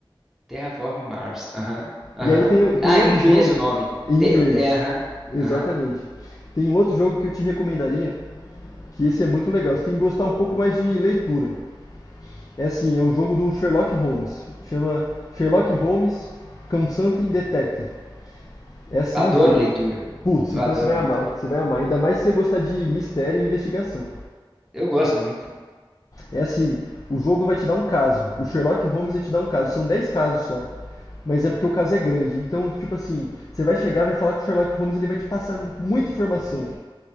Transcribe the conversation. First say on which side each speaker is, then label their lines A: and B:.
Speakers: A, in the centre; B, on the left.
A: Terraform Mars. Aham, aham.
B: E aí tem, um- tem
A: Ah,
B: um outro
A: em inglês
B: jogo
A: o nome.
B: em
A: Te-
B: inglês.
A: é, Aham,
B: Exatamente.
A: aham.
B: Tem um outro jogo que eu te recomendaria, que esse é muito legal. Você tem que gostar um pouco mais de leitura. É assim, é um jogo do Sherlock Holmes. Chama Sherlock Holmes Consulting Detective. É assim
A: Adoro
B: o jogo.
A: leitura.
B: Putz,
A: Eu
B: então
A: adoro
B: você vai
A: leitura.
B: amar, você vai amar. Ainda mais se você gostar de mistério e investigação.
A: Eu gosto muito.
B: É assim, o jogo vai te dar um caso. O Sherlock Holmes vai te dar um caso. São 10 casos só. Mas é porque o caso é grande. Então, tipo assim, você vai chegar, vai falar com o Sherlock Holmes, e ele vai te passar muita informação.